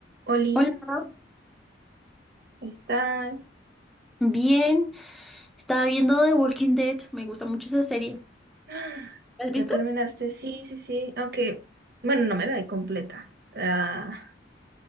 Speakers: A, on the right; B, in the centre.
A: Oli,
B: Hola,
A: ¿estás?
B: bien. Estaba viendo The Walking Dead. Me gusta mucho esa serie.
A: ¡Ah!
B: ¿La has visto?
A: ¿Ya terminaste? Sí, sí, sí. Aunque, bueno, no me la vi completa. Ah,